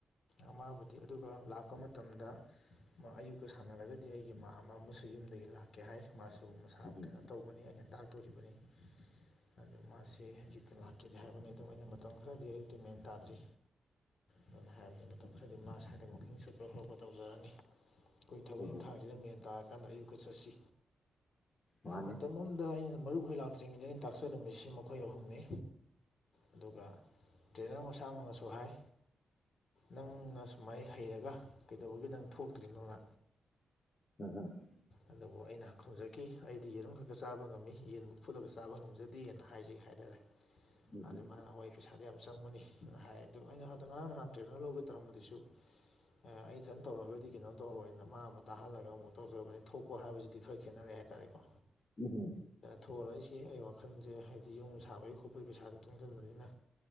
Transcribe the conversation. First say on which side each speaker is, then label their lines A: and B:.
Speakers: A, on the left; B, on the left.
A: ꯑꯃꯕꯨꯗꯤ ꯑꯗꯨꯒ ꯂꯥꯛꯄ ꯃꯇꯝꯗ ꯑꯌꯨꯛꯇꯀ ꯁꯥꯟꯅꯔꯒꯗꯤ ꯑꯩꯒꯤ ꯃꯥ ꯑꯃ ꯑꯃꯁꯨ ꯌꯨꯝꯗꯒꯤ ꯂꯥꯛꯀꯦ ꯍꯥꯏ ꯃꯥꯁꯨ ꯃꯁꯥ
B: ꯎꯝ
A: ꯀꯩꯅꯣ ꯇꯧꯕꯅꯤ ꯑꯩꯅ ꯇꯥꯛꯇꯣꯔꯤꯕꯅꯤ ꯑꯗꯨꯗ ꯃꯥꯁꯦ ꯑꯌꯨꯛꯀꯤ ꯂꯥꯛꯈꯤꯗꯦ ꯍꯥꯏꯕꯅꯤ ꯑꯗꯨꯝ ꯑꯩꯅ ꯃꯇꯝ ꯈꯔꯗꯤ ꯑꯌꯨꯛꯇꯤ ꯃꯦꯟ ꯇꯥꯗ꯭ꯔꯤ ꯑꯗꯨꯅ ꯍꯥꯏꯕꯗꯤ ꯃꯇꯝ ꯈꯔꯗꯤ ꯃꯥ ꯁ꯭ꯋꯥꯏꯗ ꯃꯀꯤꯡ ꯁꯨꯄ ꯈ꯭ꯔꯣꯕ ꯇꯧꯖꯔꯅꯤ ꯑꯩꯈꯣꯏ ꯊꯕꯛ
B: ꯍꯣꯏ ꯍꯣꯏ
A: ꯏꯪꯈꯥꯡꯁꯤꯗ ꯃꯦꯟ ꯇꯥꯔꯀꯥꯟꯗ ꯑꯌꯨꯛꯛꯇ ꯆꯠꯁꯤ
B: ꯃꯥꯅꯦ
A: ꯃꯇꯝ ꯑꯃꯗ ꯑꯩꯅ ꯃꯔꯨꯞ ꯍ ꯂꯥꯛꯄ ꯇ꯭ꯔꯤꯗ ꯑꯩꯅ ꯇꯥꯛꯆꯔꯝꯃꯤꯁꯤ ꯃꯈꯣꯏ ꯑꯍꯨꯝꯅꯤ ꯑꯗꯨꯒ ꯇ꯭ꯔꯦꯅꯔ ꯃꯁꯥꯃꯛꯅꯁꯨ ꯍꯥꯏ ꯅꯪꯅ ꯁꯨꯃꯥꯏ ꯍꯩꯔꯒ ꯀꯩꯗꯧꯕꯒꯤ ꯅꯪ ꯊꯣꯛꯇ꯭ꯔꯤꯅꯣꯅ
B: ꯎꯝ ꯍꯝ
A: ꯑꯗꯨꯕꯨ ꯑꯩꯅ ꯈꯪꯖꯈꯤ ꯑꯩꯗꯤ ꯌꯦꯔꯨꯝ ꯈꯛꯇ ꯆꯥꯕ ꯉꯝꯃꯤ ꯌꯦꯟꯕꯨ ꯐꯨꯠꯂꯒ ꯆꯥꯕ ꯉꯝꯖꯗ ꯗꯦꯅ ꯍꯥꯏꯖꯩ ꯍꯥꯏꯅꯔꯦ
B: ꯎꯝ
A: ꯑꯗ ꯃꯥꯅ ꯍꯋꯥꯏ ꯄꯩꯁꯥꯗꯤ ꯌꯥꯝ ꯆꯪꯕꯅꯤꯅ ꯍꯥꯏꯌꯦ ꯑꯗꯨ ꯑꯩꯅ ꯍ ꯉꯔꯥꯡ ꯅꯍꯥꯟꯇ꯭ꯔꯦ ꯅ ꯂꯧꯕ ꯇꯧꯔꯝꯝꯕꯗꯁꯨ ꯑꯦ ꯑꯩ ꯁꯟ ꯇꯧꯔꯒꯗꯤ ꯀꯩꯅꯣ ꯇꯧꯔꯣꯏꯅ ꯃꯥ ꯑꯃ ꯇꯥꯍꯜꯂꯒ ꯑꯃꯨꯛ ꯇꯧꯖꯕꯅꯤ ꯊꯣꯛ ꯀꯣ ꯍꯥꯏꯕꯁꯤꯗꯤ ꯈꯔ ꯈꯦꯠꯅꯔꯦ ꯍꯥꯏꯇꯥꯔꯦꯀꯣ
B: ꯎꯝꯍꯨꯝ
A: ꯊꯔꯣꯏꯏꯁꯤ ꯑꯩ ꯋꯥꯈꯜꯁꯦ ꯍꯥꯏꯗꯤ ꯌꯣꯡ ꯁꯥꯕꯒꯤ ꯈꯣꯠꯄꯒꯤ ꯄꯩꯁꯥꯁꯨ ꯇꯨꯡꯁꯤꯟꯕꯅꯤꯅ